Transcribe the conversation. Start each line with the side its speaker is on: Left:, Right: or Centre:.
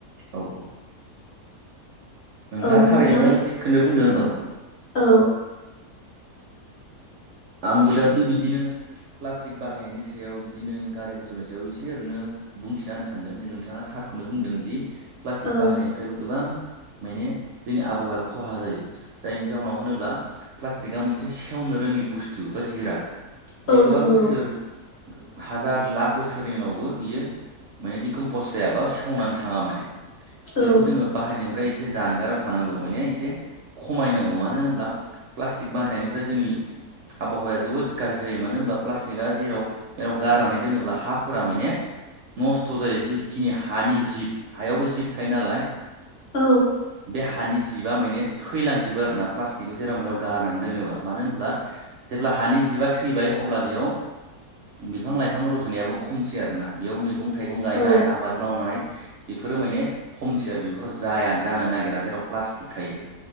Right: औ औ औ नोंथाङा
Left: औ
Right: थारैनो
Left: नोंथां
Right: थिगखौनो बुंदों औ
Left: औ
Right: आंबो दा बेबायदिनो प्लास्टिक बाहायनायनि सायाव बिदिनो गारि मथरनि सायाव एसे ओरैनो बुंथिना होनो सानदों जे नोंथाङा थार खौनो बुंदों दि प्लास्टिक
Left: औ
Right: बाहायनायनिफ्रायबो गोबां माने जोंनि आबहावाया खहा जायो जायनि जाहनाव होनोब्ला प्लास्टिकआ मोनसे सेवनो रोङै बुस्थु बा जिराद बे
Left: औ
Right: गोबां
Left: नंगौ
Right: बोसोर हाजार लाख बोसोरनि उनावबो बियो माने दिडिकमपस जायाबा सेवनानै थाङा माने बेखौ
Left: औ
Right: जोङो बाहायनायनिफ्राय इसे जानगाराव थानांगौ माने इसे खमायनांगौ मानो होनोब्ला प्लास्टिक बाहायनायनिफ्राय जोंनि आबहावाया जोबोद गाज्रि जायो मानो होनबा प्लास्टिकआ जेराव जेराव गारनानै दोनोब्ला हाफोरा माने नस्थ' जायो जिखिनि हानि जिब हायावबो जिब थायो नालाय
Left: औ
Right: बे हानि जिबा माने थैलांजोबो आरोना प्लास्टिकखौ जेराव मेराव गारनानै दोनोबा। मानो होनब्ला जेब्ला हानि जिबआ थैबाय अब्ला बेयाव बिफां लाइफां रजुनायाबो खमसै आरोना बेयाव मैगं थाइगं गायनाय
Left: औ
Right: आबाद मावनाय बेफोरो माने खम सेर बेफोराव जाया जानो नागिरा जेराव प्लास्टिक थायो।